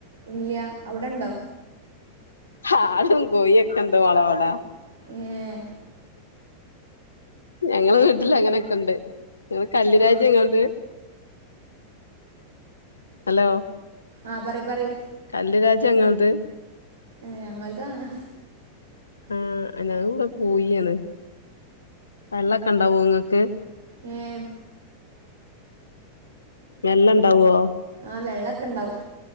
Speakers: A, on the right; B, on the left.
A: ഇല്ല അവിടെണ്ടോ
B: ആടും കോഴൊക്കെണ്ട് മോളെവ്ടെ
A: ഏഹ്
B: ഞങ്ങള് വീട്ടില് അങ്ങനെക്കെ ണ്ട് നിങ്ങള് കല്ല്
A: ഏഹ്
B: രാജ ഇങ്ങളത് ഹലോ
A: ആ പറി പറി
B: കല്ല് രാജ്യ ങ്ങളത്
A: ഞങ്ങൾതാണ്
B: ആ ഞാങ്ങള ഇവിടെ പൂയി ആണ് വെള്ളക്കണ്ടാവോ നിങ്ങക്ക്
A: ഏ
B: വെള്ള ഇണ്ടാവോ?
A: ആ വെള്ളൊക്കെ ഇണ്ടാവും